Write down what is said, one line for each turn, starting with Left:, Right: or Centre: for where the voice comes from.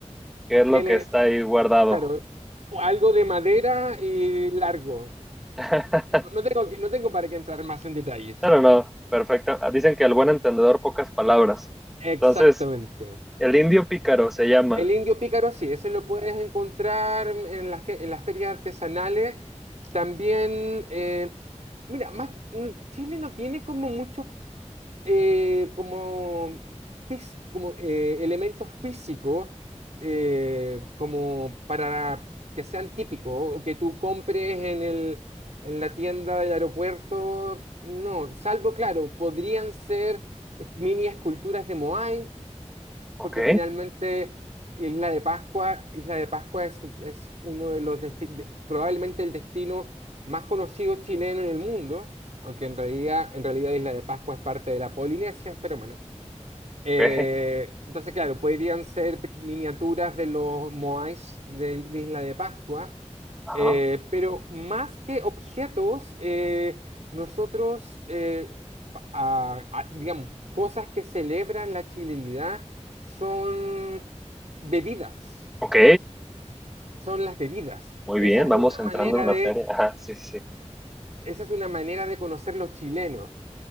Centre: qué es lo
Right: Tiene,
Centre: que está ahí guardado.
Right: claro, algo de madera y largo.
Centre: <laughs>
Right: No, no tengo, que- no tengo para qué entrar más en detalles.
Centre: No, no, no, perfecto. Ah, Dicen que al buen entendedor pocas palabras.
Right: Exactamente.
Centre: Entonces, el indio pícaro se llama.
Right: El indio pícaro, sí, ese lo puedes encontrar en las, te- en las ferias artesanales. También, eh, mira, más, mm, Chile no tiene como muchos eh, como, fis- como eh, elementos físicos eh, como para que sean típicos o que tú compres en el, en la tienda del aeropuerto. No, salvo, claro, podrían ser eh, mini esculturas de Moai,
Centre: Ok,
Right: porque finalmente Isla de Pascua, Isla de Pascua es, es uno de los desti- de- probablemente el destino más conocido chileno en el mundo, aunque en realidad, en realidad Isla de Pascua es parte de la Polinesia, pero bueno. Eh,
Centre: ok,
Right: entonces, claro, podrían ser pe- miniaturas de los Moais de, de Isla de Pascua,
Centre: ajá,
Right: eh, pero más que objetos, eh, nosotros, eh, pa- a- a- digamos, cosas que celebran la chilenidad son bebidas,
Centre: ok,
Right: son las bebidas.
Centre: muy
Right: Esa
Centre: bien,
Right: es
Centre: vamos
Right: una manera
Centre: entrando en materia.
Right: de,
Centre: Ajá, sí, sí. sí.
Right: esa es una manera de conocer los chilenos.